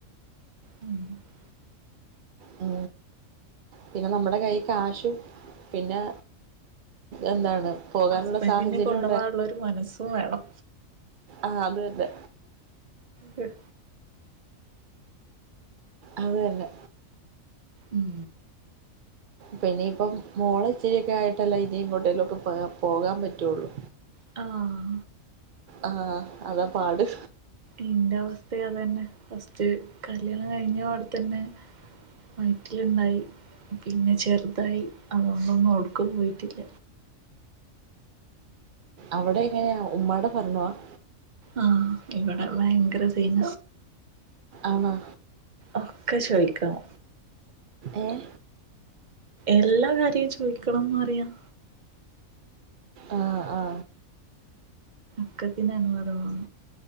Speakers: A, on the right; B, on the right.
A: ഉ <unintelligible>
B: ഉ.. പിന്നെ നമ്മുടെ കൈ കാശും പിന്നെ എന്താണ്. പോകാനുള്ള
A: ഹസ്ബൻറിെ
B: സാഹചര്യം
A: കൊണ്ടുപോകാനുള്ള ഒരു മനസ്സും വേണം.
B: ആഅതതെ.
A: ഉം.
B: അതു തന്നെ.
A: ഉം.
B: പിന്നനിയിപ്പം മോള ഇച്ചിരിൊക്കെ ആയിട്ടല്ല ഇനും കൊട്ടലൊക്കെ പോ പോകാൻ പറ്റുള്ളു.
A: ആ.
B: ആ അതാ പാഡ്.
A: ഇന്റെ അവസ്ഥ അത് തന്നെ ഫസ്റ്റ് കല്യാണം കഴിഞ്ഞപാടെ തന്നെ. വയറ്റിലുണ്ടായി പിന്നെ ചെറുതായി അതൊണ്ടൊന്നും ഉടുക്കൻ പോയിട്ടില്ല.
B: അവിടെ എങ്ങനെയ ഉമ്മാടെ പറഞ്ഞോാണ്.
A: ആഹ് ഇവിടെ ഭയങ്കര സീന.
B: ആണോ?
A: ഒക്കെ ചോദിക്കണം.
B: ഏ?
A: എല്ലാ കാര്യം ചോദിക്കണംന്ന്റിയാം.
B: ആ ആ.
A: ക്കത്തിന് അനവാദണം.